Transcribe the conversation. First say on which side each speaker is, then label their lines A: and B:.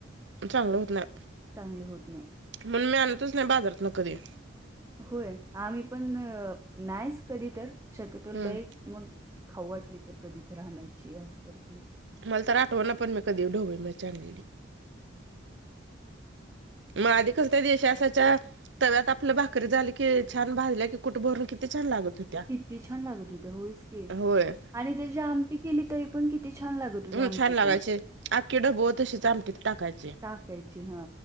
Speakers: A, on the right (about 65°); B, on the right (about 15°).
A: चांगलं होत नाय,
B: चांगली होत नाही.
A: म्हणून मी आणतच नाही बाजारात ना कधी.
B: होय आम्हीपण नाहीच कधीतर, शक्यतो
A: हम्म
B: लयच मग खाऊ वाटली, तर कधीतर आणायची अस करतोय.
A: मला तर आठवना पण, मी कधी ढोबळी मिरची आणलेली. मग आधी कस त्या देशी असयच्या? तव्यात आपलं भाकरी झाली की छान भाजल्या कुठं भरून किती छान लागत होते.
B: किती छान लागत होत होयचकी
A: होय
B: आणि त्याची आमटी केली तरी पण किती छान लागत होती
A: हम्
B: आमटी
A: छान लागायचे
B: पण
A: आखी ढब्बू तशीच आमटीत टाकायचे.
B: टाकायची हा.